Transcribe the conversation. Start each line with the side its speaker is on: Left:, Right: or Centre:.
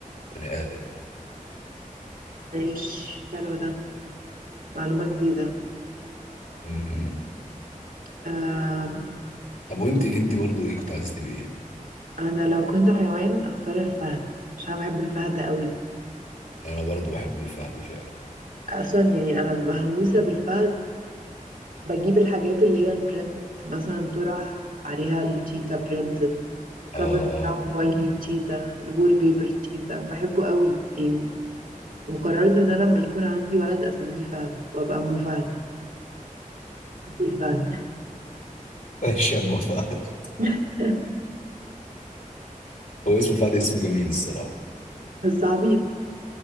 Left: بني ادم يعني.
Right: ماشي حلو ده معلومة جديدة
Left: مم.
Right: أم.
Left: طب وانت انت برضو ايه كنت عايزه تبقي ايه
Right: انا لو كنت حيوان اختار الفهد عشان أنا بحب الفهد قوي
Left: انا برضو بحب الفهد فعلا
Right: اصلا يعني انا مهووسة بالفهد بجيب الحاجات اللي هي البرنت مثلا طرح عليها التيتا برنت الكفر
Left: اه اه
Right: بتاع موبايلي
Left: آه.
Right: تشيتا الوول بيبر تشيتا بحبه قوي يعني وقررت ان انا لما يكون عندي ولد اسميه فهد وابقى ام فهد الفهد
Left: <laughs> ماشي يا ابو فهد
Right: <laughs>
Left: هو اسم فهد اسم جميل الصراحه
Right: بس عبيط